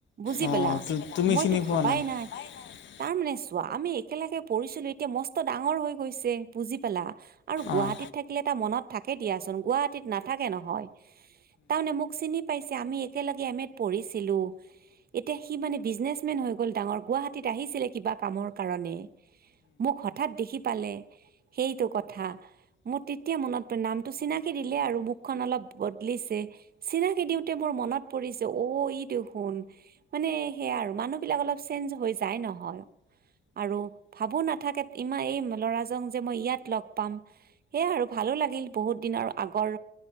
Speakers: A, on the right; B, on the left.
A: বুজি
B: অঁ
A: পালা
B: তুমি
A: মইতো
B: চিনি পোৱা
A: ভাবাই নাই।
B: <unintelligible>
A: তাৰ মানে চোৱা আমি একেলগে পঢ়িছিলো, এতিয়া মস্ত ডাঙৰ হৈ গৈছে, বুজি পালা। আৰু গুৱাহাটীত
B: অঁ।
A: থাকিলে এটা মনত থাকে দিয়াচোন, গুৱাহাটীত নাথাকে নহয়। তাৰমানে মোক চিনি পাইছে, আমি একেলগে এম এত পঢ়িছিলো। এতিয়া সি মানে, বিজনেচমেন হৈ গ'ল ডাঙৰ। গুৱাহাটীত আহিছিলে কিবা কামৰ কাৰণে। মোক হঠাৎ দেখি পালে সেইটো কথা মোৰ তেতিয়া মনত নামটো চিনাকি দিলে আৰু মুখখন অলপ বদলিছে। চিনাকি দিওঁতে মোৰ মনত পৰিছে অ' ই দেখোন। মানে সেয়া আৰু মানুহবিলাক অলপ চেঞ্জ হৈ যায় নহয়। আৰু ভাবো নাথাকে ইমান এই ল'ৰাজন যে মই ইয়াত লগ পাম। সেয়য়া আৰু ভালো লাগিল বহুত দিন আৰু আগৰ